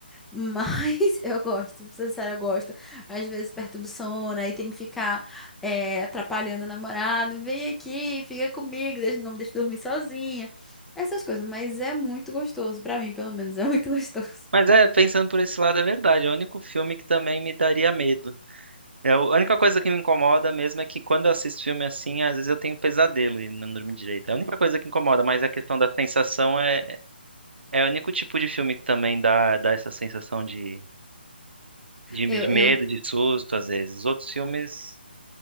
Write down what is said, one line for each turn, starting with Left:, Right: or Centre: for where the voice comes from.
Centre: Mas <laughs> eu gosto, pra ser sincero, eu gosto. Às vezes perturba o sono, aí tem que ficar é, atrapalhando o namorado. Vem aqui, fica comigo, deixa- não me deixa dormir sozinha. Essas coisas, mas é muito gostoso, pra mim, pelo menos, é muito <laughs> gostoso.
Right: Mas é, pensando por esse lado, é verdade. É o único filme que também me daria medo. É, a única coisa que me incomoda mesmo é que quando eu assisto filme assim, às vezes eu tenho pesadelo e não durmo direito. É a única coisa que incomoda, mas a questão da sensação é, É o único tipo de filme que também dá, dá essa sensação de, de, de
Centre: Eu, eu,
Right: medo, de susto, às vezes. Os outros filmes